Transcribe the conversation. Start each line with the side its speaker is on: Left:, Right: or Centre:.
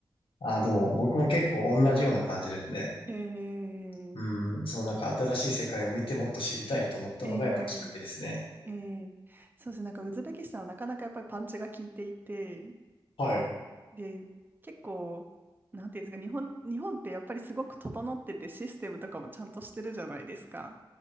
Left: ああ、でも僕も結構同じような感じですね。
Right: えー、
Left: うん。そのなんか新しい世界を見てもっと知りたいと思ったのがやっぱきっかけですね。
Right: えー、えーそうですね、なんかウズベキスタンはなかなかやっぱりパンチが効いていて、
Left: はい。
Right: で、結構、なんていうんですか、日本、日本ってやっぱりすごく整っててシステムとかもちゃんとしてるじゃないですか。